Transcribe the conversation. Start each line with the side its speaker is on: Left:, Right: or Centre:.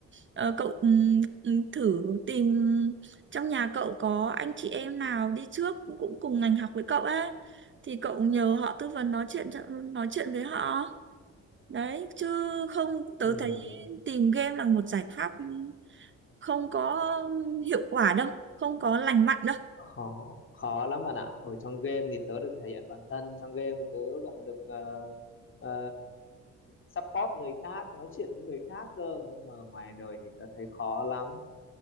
Right: Ờ, cậu ừm, ừm, thử tìm trong nhà cậu có anh chị em nào đi trước cũng cũng cùng ngành học với cậu ấy thì cậu nhờ họ tư vấn nói chuyện cho- nói chuyện với họ. Đấy, chứ không tớ
Left: Ừm,
Right: thấy tìm game là một giải pháp không có hiệu quả đâu, không có lành mạnh đâu.
Left: khó khó lắm bạn ạ ở trong game thì tớ được thể hiện bản thân trong game tớ còn được ờ, ờ, support người khác nói chuyện với người khác cơ nhưng mà ngoài đời thì tớ thấy khó lắm